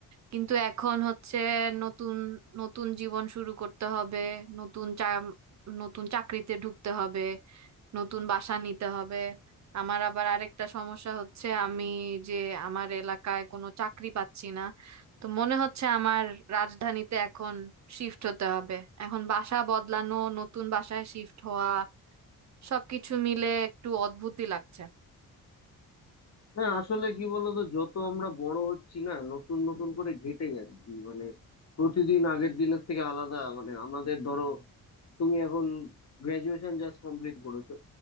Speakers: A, on the right; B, on the left.
A: কিন্তু এখন হচ্ছে নতুন নতুন জীবন শুরু করতে হবে নতুন চা নতুন চাকরিতে ঢুকতে হবে নতুন বাসা নিতে হবে আমার আবার আরেকটা সমস্যা হচ্ছে আমি যে আমার এলাকায় কোনো চাকরি পাচ্ছি না তো মনে হচ্ছে আমার রাজধানীতে এখন শিফট হতে হবে এখন বাসা বদলানো নতুন বাসায় শিফট হওয়া সবকিছু মিলে একটু অদ্ভুতই লাগছে
B: হ্যাঁ আসলে কি বলতো যত আমরা বড় হচ্ছি না নতুন নতুন করে ঘেঁটে যাচ্ছি মানে প্রতিদিন আগের দিনের থেকে আলাদা মানে আমাদের ধরো তুমি এখন গ্রাজুয়েশন জাস্ট কমপ্লিট করেছো